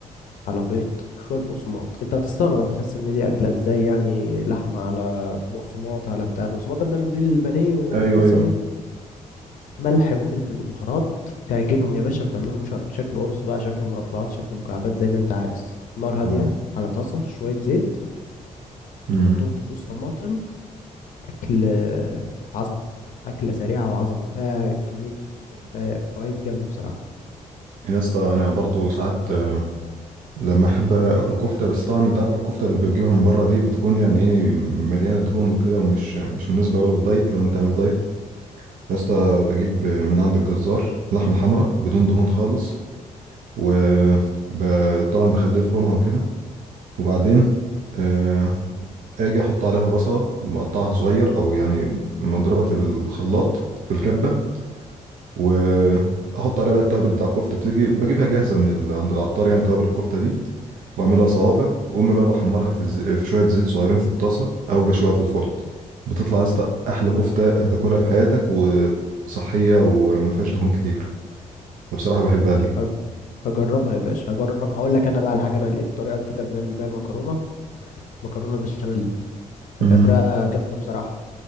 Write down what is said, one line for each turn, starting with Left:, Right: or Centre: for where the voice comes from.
Left: على بيض وشوية بقسماط انت هتستغرب هتحس ان دي اكلة ازاي يعني لحمة على بقسماط على بتاع البقسماط ده بنعمل بيه البانيه والقصة
Right: ايوه ايوه
Left: دي ملح وفلفل وبهارات تعجنهم يا باشا وتعملهم شا- شكل قرص بقى شكل مربعات شكل مكعبات زي ما انت عايز نار هادية
Right: اه
Left: على طاسة شوية زيت
Right: امم
Left: تحطهم في صوص طماطم اكل آه، عظمة أكلة سريعة وعظمة فيها كمية آه، فوائد جامدة بصراحة
Right: يا اسطى انا برضو ساعات آه، لما احب اكل كفته بس طبعا انت عارف الكفته اللي بتجيبها من بره دي بتكون يعني ايه مليانه دهون وكده ومش مش مناسبه قوي للدايت لو انت عامل دايت يا اسطى بجيب آه، من عند الجزار لحمه حمراء بدون دهون خالص وطبعا بخليه يفرمها وكده وبعدين آه، اجي احط عليها بصلة مقطعها صغير او يعني مضربة في الخلاط في الكبة واحط عليها بقى التوابل بتاع الكفتة بتيجي بجيبها جاهزة من ال... عند العطار يعني توابل الكفتة دي بعملها صوابع واما بقى بحمرها في, الز... في شوية زيت صغيرين في الطاسة او بشويها في الفرن بتطلع يا اسطى احلى كفتة هتاكلها في حياتك وصحية وما فيهاش دهون كتير فبصراحة بحبها دي
Left: هج- هجربها يا باشا هجرب هقول لك انا بقى الحاجة انا لقيت طريقة جديدة بنعمل بيها المكرونة مكرونة بالبشاميل
Right: امم
Left: هي طريقة جامدة بصراحة